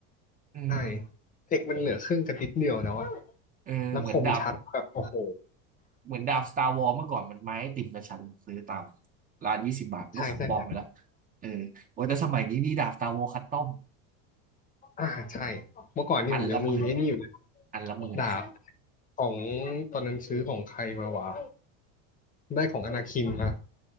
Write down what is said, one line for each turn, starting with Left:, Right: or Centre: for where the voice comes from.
Right: เออ
Left: ใช่เทคมันเหลือเครื่องกันนิดเดียวแล้วอะ
Right: เออเหมือนดาบ
Left: แล้วคมชัดแบบโอ้โห
Right: เหมือนดาบสตาร์วอ s เมื่อก่อนมันไม้ติ่มนะฉันซื้อตามร้านยี่สิบบาทมันก็ของปลอมไปแล้ว
Left: ใช่ใช่ใช่
Right: เออโอ้ยแต่สมัยนี้นี่ดาบสตาร์วอ s คัสตอม
Left: อ่าใช่เมื่อก่อนนี่ผมยังมีไอ้นี่อยู่เลย
Right: อันละหมื่นอันละหมื่น
Left: ดาบของตอนนั้นซื้อของใครมาวะได้ของอนาคินมา